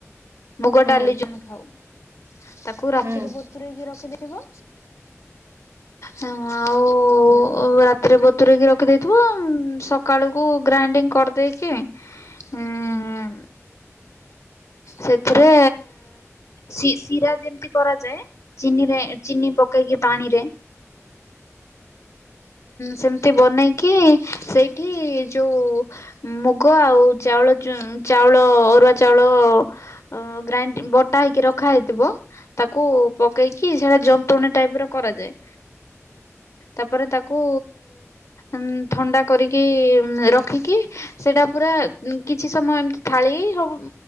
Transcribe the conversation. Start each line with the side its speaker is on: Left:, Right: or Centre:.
Left: ମୁଗ
Right: ହୁଁ
Left: ଡାଲି ଯୋ ଆମେ ଖାଉ। ତାକୁ ରାତିରୁ
Right: ହୁଁ
Left: ବତୁରେ ହେଇକି ରଖିଦେବ। ହଁ ଆଉ
Right: ହଁ
Left: ଉ ରାତିରେ ବତୁୁରକି ରଖିଦେଇଥିବ ସକାଳକୁ ଗ୍ରାଇଣ୍ଡିଙ୍ଗ କରିଦେଇକି ଏଁ ସେଥିରେ ଶି ଶିରା ଯେମିତି କରାଯାଏ। ଚିନିରେ ଚିନି ପକେଇକି ପାଣିରେ। ସେମିତି ବନେଇକି ସେଇଠି ଯୋଉ ମୁଗ ଆଉ ଚାଉଳ ଚୁ ଚାଉଳ ଅରୁଆ ଚାଉଳ ଓ ଗ୍ରାଇଣ୍ଡ ବଟା ହେଇକି ରଖା ହେଇଥିବ। ତାକୁ ପକେଇକି ସେଇଟା ଯନ୍ତଣୀ ଟାଇପ ର କରାଯାଏ। ତାପରେ ତାକୁ ଉଁ ଥଣ୍ଡା କରିକି ରଖିକି ସେଟା ପୁରା କିଛି ସମୟ ଏମିତି ଥାଳି ହବ